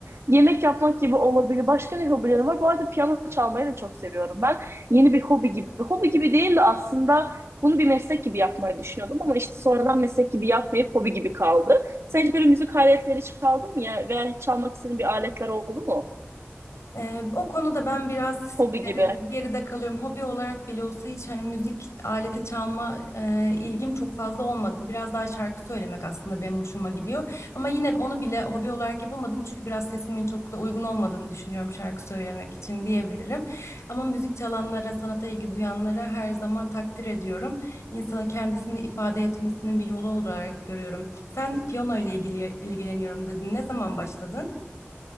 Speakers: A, on the right; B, on the left.
A: Yemek yapmak gibi olabilir. Başka ne hobilerim var? Bu arada piyano çalmayı da çok seviyorum. Yeni bir hobi gibi. Hobi gibi değil de aslında bunu bir meslek gibi yapmayı düşünüyordum ama işte sonradan meslek gibi yapmayıp hobi gibi kaldı. Sen hiç böyle müzik aletleri çaldın mı ya veya hiç çalmak istediğin bir aletler oldu mu?
B: Ee, o konuda ben biraz
A: Hobi gibi.
B: e, geride kalıyorum. Hobi olarak bile olsa hiç hani müzik aleti çalma e, ilgim çok fazla olmadı. Biraz daha şarkı söylemek aslında benim hoşuma gidiyor. Ama yine onu bile hobi olarak yapamadım çünkü biraz sesimin çok da uygun olmadığını düşünüyorum şarkı söylemek için diyebilirim. Ama müzik çalanlara, sanata ilgi duyanlara her zaman takdir ediyorum. İnsanın kendisini ifade etmesinin bir yolu olarak görüyorum. Sen piyano ile ilgili ilgileniyorum dedin. Ne zaman başladın?